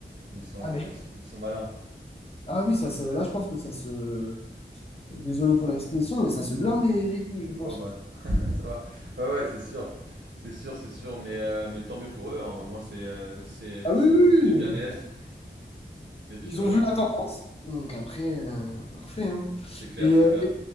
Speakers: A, on the right (about 70°); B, on the left (about 30°).
A: Ils sont,
B: Ah, mais...
A: ils ils sont malins.
B: ah oui, ça se... là, je pense que ça se. Désolé pour l'expression, mais ça se blinde les, les couilles, je pense.
A: Bon bah, <laughs> ça va. Ouais, ouais, c'est sûr. C'est sûr, c'est sûr, mais, heu, mais tant mieux pour eux, hein. Au moins, c'est, heu, c'est
B: Ah
A: c'est
B: oui, oui.
A: c'est du bien-être
B: oui.
A: et puis
B: Ils
A: voilà.
B: ont vu la tendance. Donc après, euh, parfait. hein.
A: C'est clair,
B: Et,
A: c'est
B: euh,
A: clair.